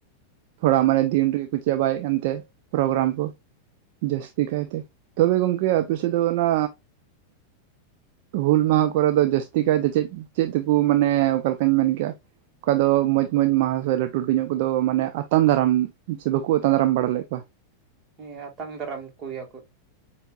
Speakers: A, on the right (about 50°); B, on the right (about 30°).
A: ᱛᱷᱚᱲᱟ ᱢᱟᱱᱮ ᱫᱤᱱ ᱨᱮᱜᱮ ᱠᱚ ᱪᱟᱵᱟᱭ ᱮᱫ ᱠᱟᱱᱛᱮ ᱯᱨᱳᱜᱨᱟᱢ ᱠᱚ ᱡᱟᱹᱥᱛᱤ ᱠᱟᱭᱛᱮ ᱛᱚᱵᱮ ᱜᱚᱝᱠᱮ ᱟᱯᱮ ᱥᱮᱫ ᱫᱚ ᱚᱱᱟᱼᱼ ᱦᱩᱞ ᱢᱟᱦᱟ ᱠᱚᱨᱮ ᱫᱚ ᱡᱟᱹᱥᱛᱤ ᱠᱟᱭ ᱛᱮ ᱪᱮᱫ ᱪᱮᱫ ᱛᱮᱠᱚ ᱢᱟᱱᱮ ᱚᱠᱟ ᱞᱮᱠᱟᱧ ᱢᱮᱱ ᱠᱮᱭᱟ ᱚᱠᱟ ᱫᱚ ᱢᱚᱡᱽ ᱢᱚᱡᱽ ᱢᱟᱦᱟ ᱥᱮ ᱞᱟᱹᱴᱩ ᱞᱟᱹᱴᱩᱧᱚᱜ ᱠᱚᱫᱚ ᱢᱟᱱᱮ ᱟᱛᱟᱝ ᱫᱟᱨᱟᱢ ᱥᱮ ᱵᱟᱠᱚ ᱟᱛᱟᱝ ᱫᱟᱨᱟᱢ ᱵᱟᱲᱟ ᱞᱮᱫ ᱠᱚᱣᱟ
B: ᱦᱮᱸ ᱟᱛᱟᱝ ᱫᱟᱨᱟᱢ ᱠᱚ ᱜᱮᱭᱟ ᱠᱚᱼᱼ